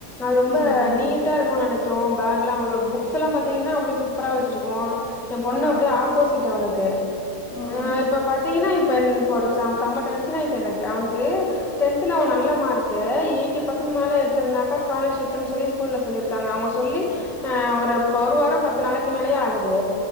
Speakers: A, in the centre; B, on the left.
A: அது ரொம்ப
B: ம்
A: நீட்டா
B: ம்
A: இருக்குனு நெனக்க கு பேக்லா அவ்ளோ புக்ஸ்ல்லா பாத்தீங்கன்னா அவ்ளோ சூப்பரா வச்சிருக்கு எ பொண்ணு
B: ஆ
A: அப்டியே ஆப்போசிட் அவனுக்கு
B: ம்
A: அ இப்ப பா ஏன்னா இப்ப இப்ப ஒரு செம செம டென்ஷன் ஆயிட்டு எனக்கு அவனுக்கு டென்த்ல அவ நல்ல மார்க்கு எயித் ஃபிப்டி பர்சன்ட் மேல எடுத்திருந்தாக்க ஸ்காலர்ஷிப்ன்சொல்லி ஸ்கூல சொல்லிர்க்காங்க அவுங்க ஸ் சொல்லி அ ஒரு ஒரு வாரோ பத்து நாளைக்கி மேலயே ஆகுது